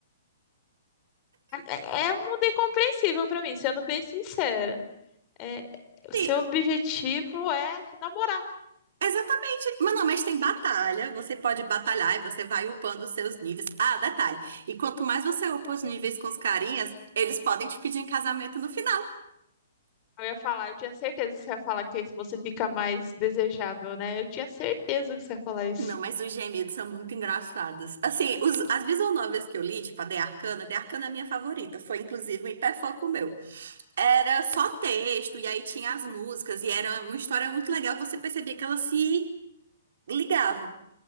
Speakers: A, on the left (about 35°); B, on the right (about 65°).
A: é é um mundo incompreensível pra mim, sendo bem sincera. É, o seu
B: Sim,
A: objetivo é namorar.
B: exatamente. Mas não, mas tem batalha. Você pode batalhar e você vai upando os seus níveis. Ah, detalhe. E quanto mais você upa os níveis com os carinhas, eles podem te pedir em casamento no final.
A: Eu ia falar, eu tinha certeza que você ia falar que você fica mais desejável, né? Eu tinha certeza que você ia falar isso.
B: Não, mas os gemidos são muito engraçados. Assim, os- as visual novels que eu li, tipo a The Arcana, The Arcana é a minha favorita. Foi inclusive um hiperfoco meu. Era só texto, e aí tinha as músicas, e era uma história muito legal, você percebia que elas se ligavam.